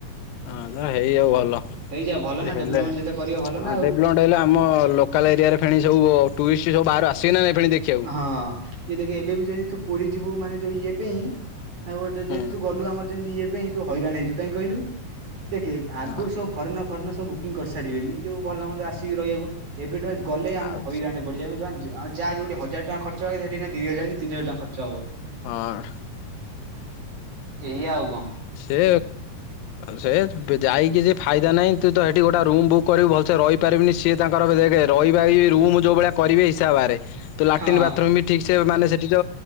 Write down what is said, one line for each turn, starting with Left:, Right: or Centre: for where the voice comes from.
Left: ହଁ ହେଇଯାଉ ଭଲ ସେ
Right: ହେଇଯାଉ ଭଲ ନା
Left: ହେଲେ
Right: ଡେଭଲପମେଣ୍ଟ ଯେତେ କରିବ ଭଲ ନା ଆଉ।
Left: ଡେବ୍ଲଭମେଣ୍ଟ ହେଲେ ଆମ ଅକାଲ ଏରିଆର ଫେଣି ସବୁ ଟୁଇଷ୍ଟ ସବୁ ବାହାରୁ ଆସିବେନା ନାହିଁ ଫେଣି ଦେଖିବାକୁ।
Right: ହଁ ଯଏ ଦେଖ ଏବେ ବି ଯଦି ତୁ ପୁରୀ ଯିବୁ ମାନେ ଯୋଉ ଇଏ ପାଇଁ ଆଉ ଗୋଟେ
Left: ହୁଁ
Right: ଯଦି ତୁ ଗଲୁ ଆମର ତି ଇଏ ପାଇଁ ତୁ ହଇରାଣ ହେଇଯିବୁ କାଇଁ କହିଲୁ ଦେଖେ ଆଗରୁ
Left: ହଁ
Right: ସବୁ ଫରେନର୍ ଫରେନର୍ ସବ ବୁକିଂ କରିସାରିବେନି ଯୋଉ ଭଲ ମନ୍ଦ ଆସିବେ ରହିବାକୁ ଏବେ ଠୁ ଗଲେ ଆମେ
Left: ଆଉ
Right: ହଇରାଣ ପଡ଼ିଯିବା ଯାହା ଯୋଉଠି ହଜାର ଟଙ୍କା ଖର୍ଚ୍ଚ ସେଠି ଦିଇ ହଜାର ତିନି ହଜାର ଟଙ୍କା ଖର୍ଚ୍ଚ ହବ।
Left: ହଁ।
Right: ଏଇ ଆଉ କଣ?
Left: ସେ ସେ ଯାଇକି ସେ ଫାଇଦା ନାହିଁ ତୁ ତ ଗୋଟେ ରୁମ ବୁକ୍ କରିବବୁ ଭଲସେ ରହିପାରିବିନି ତାଙ୍କର ଦେଖେ ରହିବ ରୁମ ଯୋଉ ଭଳିଆ କରିବେ ହିସାବରେ ତ ଲାଟିନ୍
Right: ହଁ
Left: ବାଥରୁମ୍ ବି ଠିକ ସେ ମାନେ ସେଠି ତ